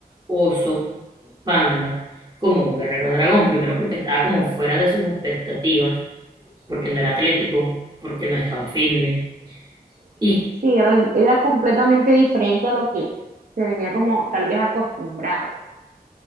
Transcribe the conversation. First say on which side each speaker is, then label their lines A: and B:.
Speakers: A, on the right; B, on the right.
A: oso panda como un guerrero dragón. Primero porque estaba como fuera de sus expectativas, porque no era atlético, porque no estaba fitness. Y
B: Sí, era, era completamente diferente a lo que se venía como tal vez acostumbrado,